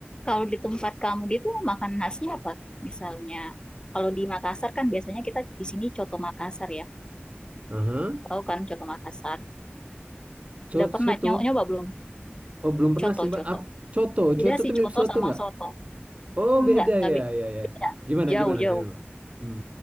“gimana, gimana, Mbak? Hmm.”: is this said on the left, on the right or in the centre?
Right